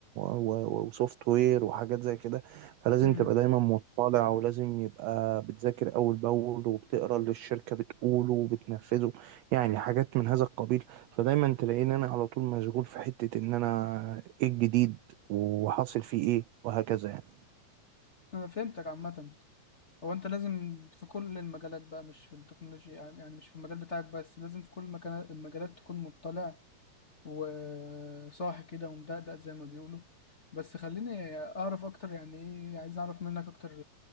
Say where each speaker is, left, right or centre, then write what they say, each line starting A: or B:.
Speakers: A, on the right; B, on the left.
A: و... وسوفت وير وحاجات زي كده فلازم
B: امم
A: تبقى دايما مطلع ولازم يبقى بتذاكر اول باول وبتقرا اللي الشركة بتقوله وبتنفذه يعني حاجات من هذا القبيل فدايما تلاقيني انا على طول مشغول في حتة ان انا ايه الجديد وحاصل فيه ايه وهكذا يعني
B: انا فهمتك عامة هو انت لازم في كل المجالات بقى مش في التكنولوجيا يعني مش في المجال بتاعك بس لازم في كل المكان... المجالات تكون مطلع وصاحي كده ومدقدق زي ما بيقولوا بس خليني اعرف اكتر يعني ايه عايز اعرف منك اكتر